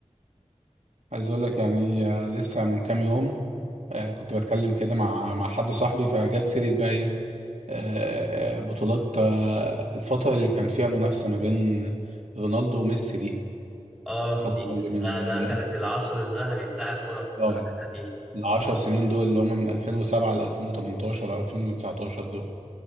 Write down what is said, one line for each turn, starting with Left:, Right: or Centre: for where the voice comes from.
Right: عايز اقول لك يعني آه، لسه من كام يوم آه، كنت بتكلم كده مع مع حد صاحبي فجت سيرة بقى ايه آه، آه، بطولات آه، الفترة اللي كان فيها المنافسة ما بين رونالدو وميسي دي
Centre: اه
Right: الفترة
Centre: دي
Right: اللي من
Centre: ده, ده
Right: من
Centre: كانت العصر الذهبي بتاع الكرة في الفترة
Right: اه
Centre: اللي احنا فيها
Right: العشر سنين دول اللي هم من 2007 ل 2018 او 2019 دول